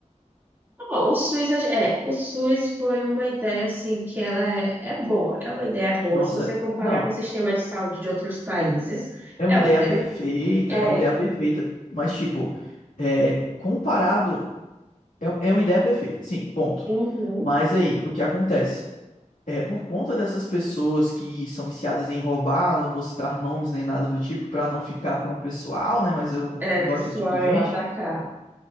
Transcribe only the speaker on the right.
Bom, o SUS, é, o SUS foi uma ideia assim que ela é, é boa, é uma ideia boa.
Se você comparar
com o sistema de saúde de outros países,
é
uma ideia.
É,
uhum,
é,
pessoal,
eu atacar.